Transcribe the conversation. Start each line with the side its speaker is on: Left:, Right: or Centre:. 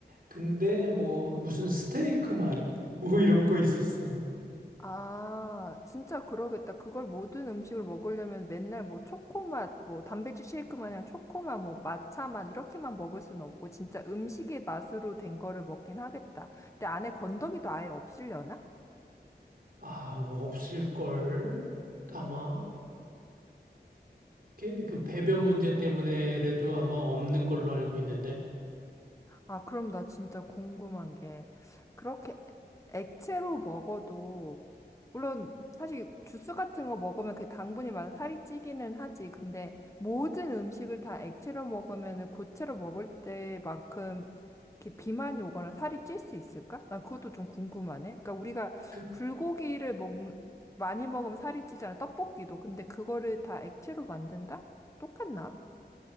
Right: 근데 뭐 무슨 스테이크 맛 뭐 이런 거 있었어
Left: 아, 진짜 그러겠다. 그걸 모든 음식을 먹으려면 맨날 뭐 초코맛, 뭐 단백질 쉐이크 마냥 초코맛, 뭐 matcha 맛 이렇게만 먹을 수는 없고 진짜 음식의 맛으로 된 거를 먹긴 하겠다. 근데 안에 건더기도 아예 없으려나?
Right: 아 없을걸 아마 게- 그 배변 문제 때문에라도 아마 없는 걸로 알고 있는데
Left: 아, 그럼 나 진짜 궁금한 게, 그렇게 액체로 먹어도, 물론 사실 주스 같은 거 먹으면 그 당분이 많아 살이 찌기는 하지. 근데 모든 음식을 다 액체로 먹으면 고체로 먹을 때만큼 이렇게 비만이 오거나 살이 찔 수 있을까? 난 그것도 좀 궁금하네. 그러니까 우리가
Right: 그,
Left: 불고기를 먹, 많이 먹으면 살이 찌잖아. 떡볶이도. 근데 그거를 다 액체로 만든다? 똑같나?